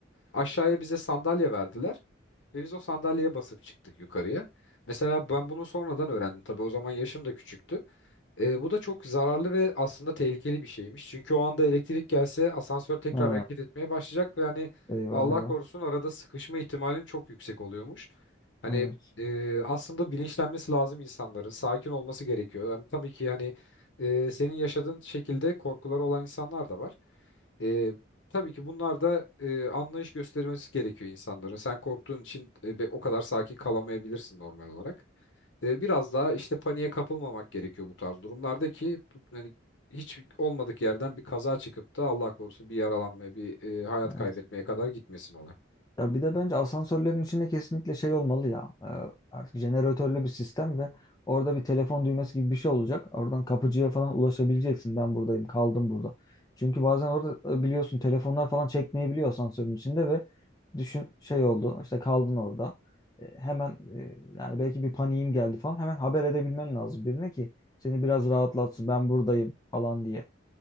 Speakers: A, on the left (about 75°); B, on the left (about 20°).
A: Aşağıya bize sandalye verdiler ve biz o sandalyeye basıp çıktık yukarıya. Mesela ben bunu sonradan öğrendim. Tabii o zaman yaşım da küçüktü. E, bu da çok zararlı ve aslında tehlikeli bir şeymiş. Çünkü o anda elektrik gelse asansör tekrar
B: Ha.
A: hareket etmeye başlayacak ve hani
B: Eyvah
A: Allah
B: eyvah.
A: korusun arada sıkışma ihtimalin çok yüksek oluyormuş. Hani
B: Evet.
A: e, aslında bilinçlenmesi lazım insanların. Sakin olması gerekiyor. Hem tabii ki hani e, senin yaşadığın şekilde korkuları olan insanlar da var. E, tabii ki bunlar da e, anlayış göstermesi gerekiyor insanların. Sen korktuğun için e, be- o kadar sakin kalamayabilirsin normal olarak e, biraz daha işte paniğe kapılmamak gerekiyor bu tarz durumlarda ki bu- hani hiç olmadık yerden bir kaza çıkıp da Allah korusun bir yaralanmaya, bir e, hayat kaybetmeye
B: Evet.
A: kadar gitmesin olay.
B: Ya bir de bence asansörlerin içinde kesinlikle şey olmalı ya. Ee, artık jeneratörlü bir sistem ve orada bir telefon düğmesi gibi bir şey olacak. Oradan kapıcıya falan ulaşabileceksin. Ben buradayım, kaldım burada. Çünkü bazen orada e, biliyorsun telefonlar falan çekmeyebiliyor asansörün içinde ve düşün şey oldu. işte kaldın orada. E, hemen e, yani belki bir paniğin geldi falan. Hemen haber edebilmen lazım birine ki seni biraz rahatlatsın. Ben buradayım falan diye.